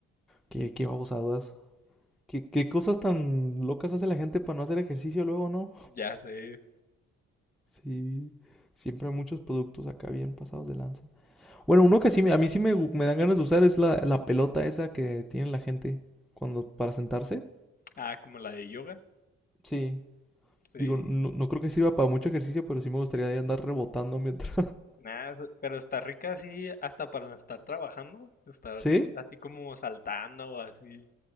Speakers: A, in the centre; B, on the left (about 30°).
A: qué, qué babosadas. ¿Qué, qué cosas tan locas hace la gente para no hacer ejercicio luego, ¿no?
B: Ya sé.
A: Sí, siempre hay muchos productos acá bien pasados de lanza. Bueno, uno que sí, me- a mí sí me, gu- me dan ganas de usar es la, la pelota esa que tiene la gente cuando para sentarse.
B: Ah, como la de yoga.
A: Sí,
B: Sí.
A: digo, no, no creo que sirva para mucho ejercicio, pero sí me gustaría de andar rebotando mientras.
B: Nada, pero está rica así hasta para estar trabajando, estar
A: <laughs> ¿Sí?
B: así como saltando o así.